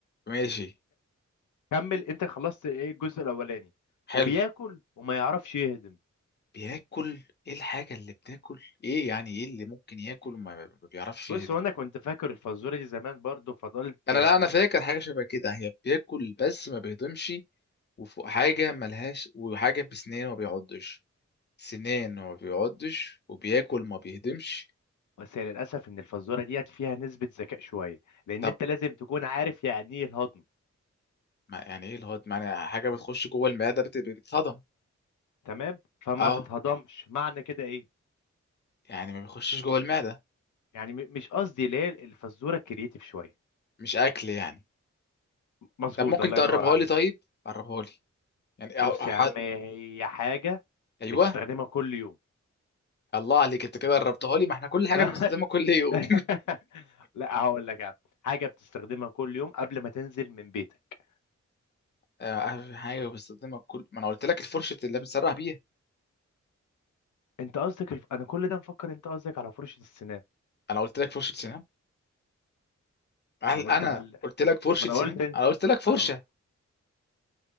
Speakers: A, on the left; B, on the left.
A: ماشي
B: كمل انت خلصت ايه الجزء الاولاني
A: حلو
B: وبياكل وما يعرفش يهضم
A: بياكل ايه الحاجة اللي بتاكل ايه يعني ايه اللي ممكن ياكل وما ما بيعرفش
B: بص
A: يهضم
B: وانا كنت فاكر الفزوره دي زمان برضو فضلت
A: انا
B: يعني
A: لا انا فاكر حاجة شبه كده هي بياكل بس ما بيهضمش وفوق حاجة ملهاش وحاجة بسنان ما بيعضش سنان ما بيعضش وبياكل ما بيهضمش
B: بس هي للاسف ان الفزوره ديت فيها نسبه ذكاء شويه لان
A: طب
B: انت لازم تكون عارف يعني ايه الهضم
A: ما يعني ايه الهضم يعني حاجة بتخش
B: ال-
A: جوه المعدة بت- بتتهضم
B: تمام فما
A: اه
B: تتهضمش معنى كده ايه
A: يعني ما بيخشش جوه المعدة
B: يعني م- مش قصدي ليه الفزوره كرييتيف شويه
A: مش اكل يعني
B: مظبوط
A: طب ممكن
B: الله
A: تقربها
B: ينور عليك
A: لي طيب قربها لي يعني أو-
B: بص
A: أو- ح-
B: يا عم هي حاجه
A: ايوه
B: بتستخدمها كل يوم
A: الله عليك انت كده قربتها لي ما احنا كل حاجه
B: <laughs>
A: بنستخدمها كل يوم
B: <laughs> لا هقول لك يعني. حاجه بتستخدمها كل يوم قبل ما تنزل من بيتك
A: <laughs> آه، حاجه بستخدمها كل ما انا قلت لك الفرشه اللي بنسرح بيها
B: انت قصدك الف... انا كل ده مفكر انت قصدك على فرشه السنان
A: انا قلت لك فرشه سنان هل
B: انا قلت
A: انا
B: بقى ما
A: قلت لك فرشه
B: انا
A: سنان
B: قلت انت
A: انا قلت لك فرشه
B: ما انا